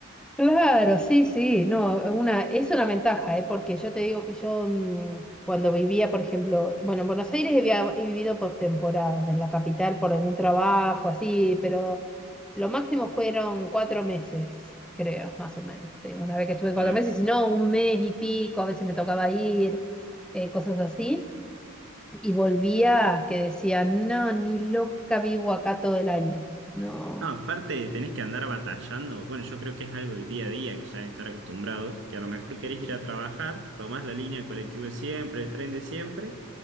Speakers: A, in the centre; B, on the right (about 60°).
A: Claro, sí, sí, no, una, es una ventaja, ¿eh? Porque yo te digo que yo mm, cuando vivía, por ejemplo, bueno, en Buenos Aires he, he vivido por temporadas, en la capital por algún trabajo, así, pero lo máximo fueron cuatro meses, creo, más o menos, sí, una vez que estuve
B: Claro.
A: cuatro meses, si no, un mes y pico, a veces me tocaba ir, eh, cosas así, y volvía que decía, no, ni loca vivo acá todo el año, no.
B: No, aparte tenés que andar batallando. Bueno, yo creo que es algo del día a día que ya deben estar acostumbrados, que a lo mejor querés ir a trabajar, tomás la línea de colectivo de siempre, el tren de siempre,